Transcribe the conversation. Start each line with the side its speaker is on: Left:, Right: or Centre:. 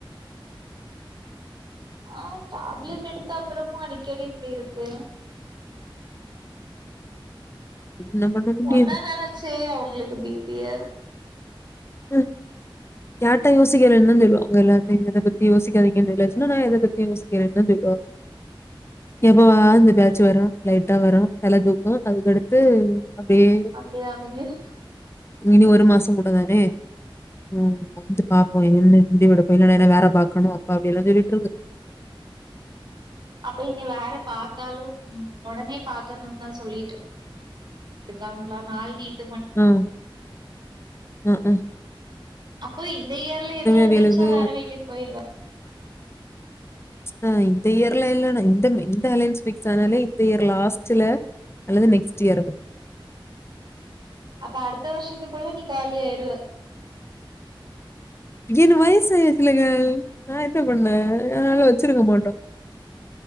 Right: ஆ டேப்லெட் எடுத்த அப்பறமு அடிகடி இப்டி இருக்கு
Left: என்ன பண்ண முடியும்?
Right: ஒன்ன நெனச்சே அவங்களுக்கு பிபி ஏர்
Left: ம் கேட்டா யோசிக்கற்ன்தா சொல்வா உங்க எல்லாத்தயு இத பத்தி யோசிக் <unintelligible> நா எத பத்தி யோசிக்க வேனா சொல்லுவ எப்பா அந்த பேட்சு வரு லைட்டா வரு தல தூக்கு அதுக்கடுத்து அப்படியே
Right: அப்டியா அப்ப இங்கேதா
Left: இனி ஒரு மாச கூட தானே ம் வந்து பாப்போ என்ன முடி வெடு நா வேற பாக்கணு அப்பா அப்டி எல்லா சொல்லிட்ருக்கு
Right: அப்ப இனி வேற பாத்தாலு ஒடனே பாத்தணு தா சொல்லிட்டு இருக்காங்களா நாள் நீட்
Left: ம் ம் ம்
Right: ஓய் இந்த இயர்ல எப்டி அந்துருச்சு
Left: அவியலுக்கு
Right: வேற வீட்டுக் போயிருவா
Left: அ இந்த இயர்ல இல்லனா இந்த இந்த அலைன்ஸ் பிக்ஸ் ஆனாலே இந்த இயர் லாஸ்ட்டுல அல்லது நெக்ஸ்ட் இயர்கு
Right: அப்ப அடுத்த வர்ஷத்துக்குள்ள நீ காலி ஆயிருவ
Left: ஏனு வயசு ஆயிர்சுல்ல கேர்ள் நா என்ன பண்ண <inaudible> வச்சிருக்க மாட்டோ